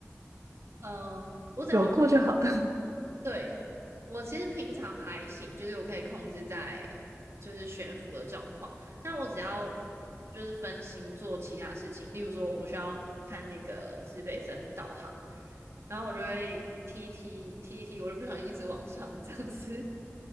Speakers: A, on the right; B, on the right.
A: 嗯，我只要
B: 有过就好。了。
A: 对，我其实平常还行，就是我可以控制在就是悬浮的状况，但我只要就是分心做其他事情，例如说我需要看那个指北针导航，然后我就会踢一踢踢一踢，我就不小心一直往上这样子，